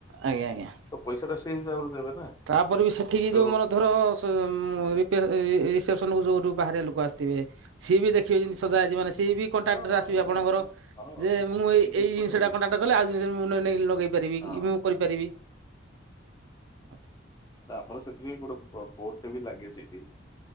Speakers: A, on the right; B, on the left.
A: ଆଜ୍ଞା, ଆଜ୍ଞା।
B: ତ ପଇସା ଟା ସେଇ ହିସାବରେ ଦେବେ ନା।
A: ତାପରେ ବି ସେଠିକି
B: ତ
A: ଯୋଉ ମୋର ଧର ସ ମୁଁ ଉଁ, ଅ, ରିପିଆର ଏଇ <unintelligible> ସନକୁ ଯୋଉଠୁ ବାହାରିଆ ଲୋକ ଆସିଥିବେ ସିଏ ବି ଦେଖିବେ ଯେମତି ସଜା ହେଇଛି। ମାନେ ସିଏ ବି କଣ୍ଟ୍ରାକ୍ଟ
B: ହଁ
A: ରେ
B: ହଁ
A: ଆସିବେ
B: ହଁ
A: ଆପଣଙ୍କର।
B: ହଁ ହଁ
A: ଯେ
B: ସେ
A: ମୁଁ ଏଇ
B: ସେଇ
A: ଏଇ ଜିନିଷ
B: ତ ହୁଏ
A: ଟା କଣ୍ଟାକ୍ଟ କଲେ ଆଉ ଜିନିଷ ମୁଁ ନ- ନେଇକି ଲଗେଇ ପାରିବି
B: ହଁ
A: କି ମୁଁ
B: ହଁ।
A: କରିପାରିବି। <inaudible>
B: ତ ଆମର ସେଥିପାଇଁ ଗୋଟେ ବୋ- ବୋର୍ଡ ବି ଲାଗେ ସେଠି